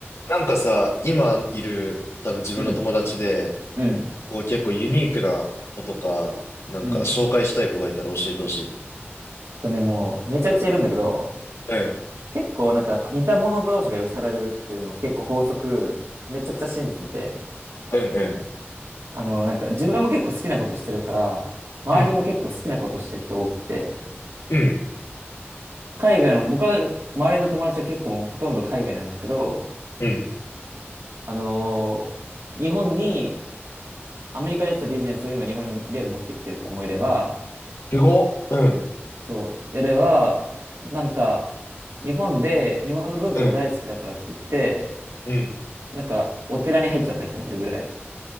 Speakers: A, on the left; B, on the right.
A: なんかさ、今いる多分自分の友達で、
B: うん、うん、
A: こう結構ユニークな子とか、なんか紹介したい子がいたら教えてほしい。
B: うん。とね、もう、めちゃくちゃいるんだけど、
A: うん、
B: 結構なんか似た者同士が寄せられるっていうのを結構法則、めちゃくちゃ信じてて、
A: うん、うん、
B: あの、なんか自分も結構好きなことしてるから、周りも結構好きなことしてる人多くて、
A: うん、うん、
B: 海外の、僕は周りの友達は結構もうほとんど海外なんだけど、
A: うん。
B: あのー日本に、アメリカでやってたビジネスを今日本で持ってきてる子もいれば、
A: すごっ。うん、
B: そう、やれば、なんか、日本で、日本の文化が大好きだからって言って、
A: うん、うん。
B: なんか、お寺に入っちゃった人もいるぐらい。